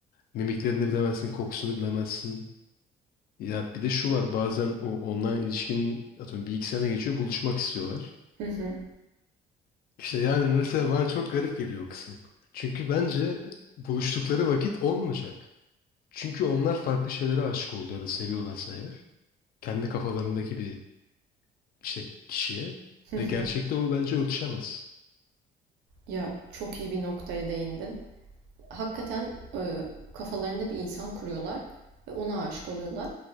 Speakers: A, on the left; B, on the right.
A: mimiklerini bilemezsin, kokusunu bilemezsin. Ya bir de şu var bazen o online ilişkinin atıyorum bir iki sene geçiyor buluşmak istiyorlar.
B: hı hı,
A: İşte yani mesela bana çok garip geliyor o kısım. Çünkü bence buluştukları vakit olmayacak. Çünkü onlar farklı şeylere aşık oldu ya da seviyorlarsa eğer. kendi kafalarındaki bir işte kişiye
B: hı
A: ve
B: hı.
A: gerçekte o bence örtüşemez.
B: Ya çok iyi bir noktaya değindin. hakikaten e, kafalarında bir insan kuruyorlar ve ona aşık oluyorlar.